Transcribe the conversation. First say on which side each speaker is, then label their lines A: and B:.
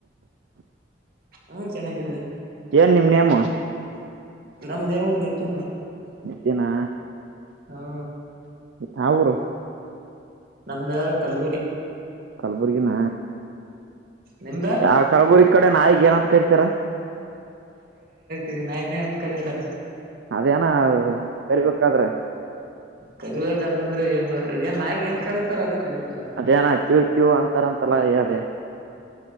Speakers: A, on the right; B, on the right.
A: ಹಾ ಚೆನ್ನಾಗಿದ್ದವಿ
B: ಏನ್ ನಿಮ್ ನೇಮ
A: ನಮ್ಮ ನೇಮ ನಿತಿನ
B: ನಿತ್ಯನಾ
A: ಹ್ಮ
B: ಯಾವ ಊರು
A: ನಮ್ದ ಕಲ್ಬುರಿ
B: ಕಲಬುರ್ಗಿನ
A: ನಿಮ್ದ
B: ಯಾವ ಕಲ್ಬುರ್ಗ ನಾಯಿಗ ಏನ ಅಂತ ಕರಿತರಾ
A: ಈ ನಾಯಿನೇ ಅಂತ ಕರಿತಾರ
B: ಅದೇನ ಕರಿಬೇಕಾದ್ರೆ
A: ಕರಿಬೇಕಾದಂದ್ರೆ ಏನ್ ಏನ್ ನಾಯಿಗೆ ಏನ್ ಕರೀತಾರ ಅದು ಕರತ
B: ಅದೇನ ತೀವ ತೀವ ಅಂತಾರ ಅಂತಲ್ಲ ಹೇಳದೆ